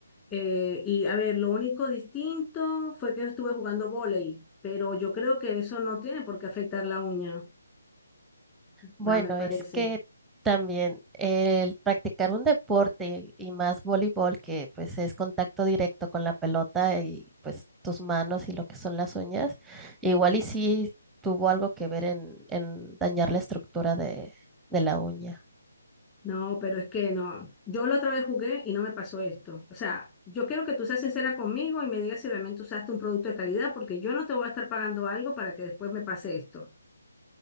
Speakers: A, on the left; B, in the centre.
A: Eh, y a ver, lo único distinto fue que estuve jugando vóley, pero yo creo que eso no tiene por qué afectar la uña, va,
B: Bueno,
A: me parece.
B: es que también el practicar un deporte y más voleibol, que pues es contacto directo con la pelota y pues tus manos y lo que son las uñas, igual y sí tuvo algo que ver en, en dañar la estructura de, de la uña.
A: No, pero es que no. Yo la otra vez jugué y no me pasó esto. O sea, yo quiero que tú seas sincera conmigo y me digas si realmente usaste un producto de calidad, porque yo no te voy a estar pagando algo para que después me pase esto.